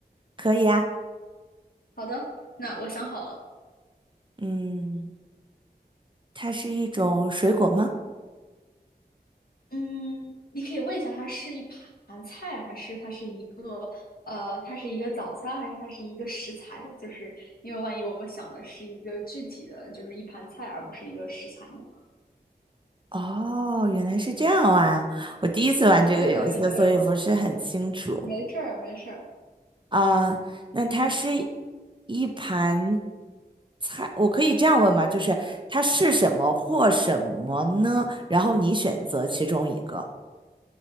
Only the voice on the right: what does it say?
可以啊。
嗯，它是一种水果吗？
哦，原来是这样啊！我第一次玩这个游戏，
所以不是很清楚
啊。那它是一盘菜，我可以这样问吗？就是它是什么或什么呢？然后你选择其中一个。